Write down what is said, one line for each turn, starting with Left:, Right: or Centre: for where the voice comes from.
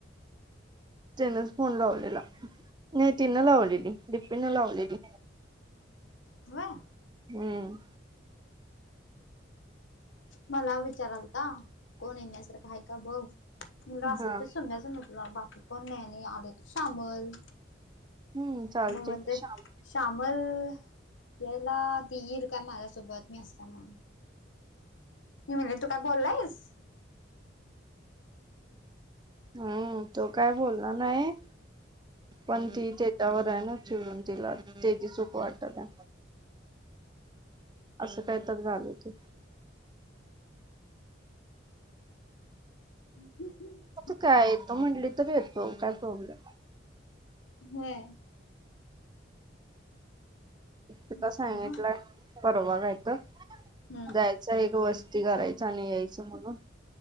Right: तिनच फोन लावलेला नाही तिनं लावलेली दिपीनं लावलेली
Left: होय
Right: हम्म
Left: मला विचारायला आलत्या कोण येण्यासारखं आहे का बघ मुलं असली
Right: हा
Left: तर सुम्या पण येतील बाकी कोण नाही आणि आले तर शामल
Right: हम्म चालते
Left: मी म्हणते
Right: की श्याम
Left: श्यामल यायला ती येईल का माझ्यासोबत मी असताना मी म्हणले तू काय बोलला आहेस
Right: हम् तो काय बोलला नाही पण ती त्याच्यावर आहे ना चिडून तेच्यावर तेची चूक वाटत काय असं काही तर झालं ते
Left: ह ह ह
Right: मग ती काय येतो म्हटली तरी येतो काय प्रॉब्लेम
Left: होय
Right: तिथं
Left: हम्म
Right: सांगितलाय परवा काय तर
Left: हम्म
Right: जायच एक वस्ती करायच आणि यायचं म्हणून